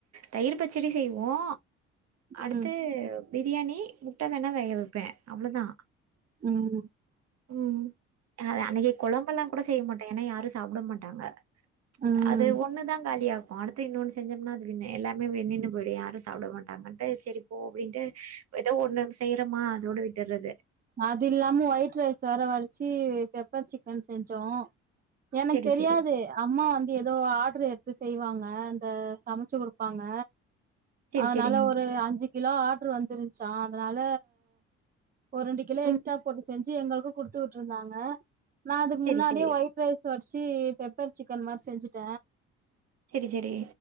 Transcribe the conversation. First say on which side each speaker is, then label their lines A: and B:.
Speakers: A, on the right; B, on the right.
A: தயிர் பச்சிடி செய்வோ அடுத்து
B: ம்
A: பிரியாணி முட்ட வேணா வேக வெப்பே அவ்வளோதா
B: ம்
A: ம் அன்னக்கு கொழம்பல்லா கூட செய் மாட்ட என்னா யாரு சாப்புட மாட்டாங்க
B: ம்
A: அது ஒண்ணுதாங் காலியாகு அடுத்து இன்னொன்னு செஞ்சம்னா அது வின்னு எல்லாமே வென்னின்னு பொய்டு யாரு சாப்ட மாட்டாங்கன்ட்டு செரி போ அப்டின்ட்டு எதோ ஒண்ணு செய்றம்மா அதோடு விட்டுற்றது
B: அது இல்லாம ஒயிட் ரைஸ் வேர வடிச்சி பெப்பர் சிக்கன் செஞ்சோ எனக்
A: செரி
B: தெரியாது
A: செரி
B: அம்மா வந்து எதோ ஆர்டரு எடுத்து செய்வாங்க அந்த சமச்சு குடுப்பாங்க
A: செரி
B: அதுனால
A: செரிங்க
B: ஒரு அஞ்சுகிலோ ஆட்ரு வந்துருஞ்ச்சா அதனால ஒருரெண்டு கிலோ
A: ம்
B: எக்ஸ்ட்ரா போட்டு செஞ்சு எங்களுக்கு குடுத்து வுட்டுருந்தாங்க நா அதுக்கு
A: செரி
B: முன்னாடியே
A: செரி
B: ஒயிட் ரைஸ் வட்ச்சு பெப்பர் சிக்கன் மார் செஞ்சுட்ட
A: செரி செரி